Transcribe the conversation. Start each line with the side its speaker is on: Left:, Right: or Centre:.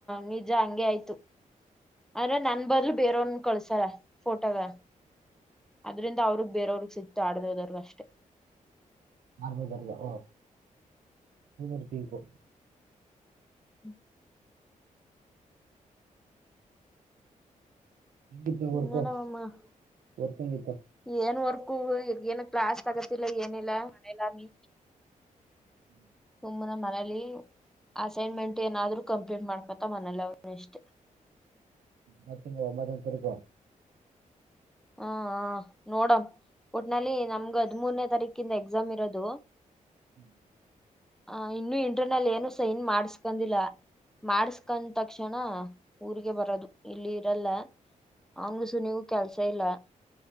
Centre: ನಿಜ ಹಂಗೆ ಆಯ್ತು ಆದ್ರೆ ನನ್ ಬಂದ್ಲು ಬೇರವನ್ ಕಳ್ಸ ಫೋಟೋದ ಅದ್ರಿಂದ ಅವ್ರಗ್ ಬೇರವ್ರಗ್ ಸಿಕ್ತು ಆಡ್ದೋದರ್ಗ ಅಷ್ಟೆ
Right: ಆರ ಮದರ್ಗ ಓ ರ ಪಿಂಕು
Centre: ಹೂ
Right: ಹೆಂಗಿತ್ತು ವರ್ಕು
Centre: ಏನೋ ಒಂದು ಮಾಡು
Right: ವರ್ಕ್ ಹೆಂಗಿತ್ತು
Centre: ಏನ್ ವರ್ ೂ ಇದ ಏನ ಕ್ಲಾಸ್ ತಗತಿಲ್ಲ ಏನಿಲ್ಲ ಮನಲಾಮ
Right: ಹೂ
Centre: ಹೂ ನಮ್ ಮನೆಲ್ಲಿ ಅಸೈನ್ಮೆಂಟ್ ಏನಾದ್ರರು ಕಂಪ್ಲೀಟ್ ಮಾಡ್ಕತ್ತ ಮನಲಿ ಅವ್ರ ಇಷ್ಟೇ
Right: ಹೂ ತಿಂಗ ಒಂಬತ್ತ ತರಕ
Centre: ಹಾ ಹ ನೋಡಂ ಒಟ್ನಲ್ಲಿ ನಮ್ಗ ಹದ್್ಮೂರ್ನೇ ತಾರೀಕಿಂದ ಎಕ್ಸಾಮ್ ಇರೋದು
Right: ಹ್ಮ್ <unintelligible>
Centre: ಹ ಇನ್ನು ಇಂಟರನಲ್ ಏನು ಸೈನ್ ಮಾಡ್ಸ್ಕೊಂದಿಲ್ಲ ಮಾಡಸ್ಕೊಂಡ ತಕ್ಷಣ ಊರಿಗೆ ಬರೋದು ಇಲ್ಲಿ ಇರಲ್ಲ ಆಂಗ್ಸು ನೀವು ಕೆಲ್ಸ ಸಲ <unintelligible>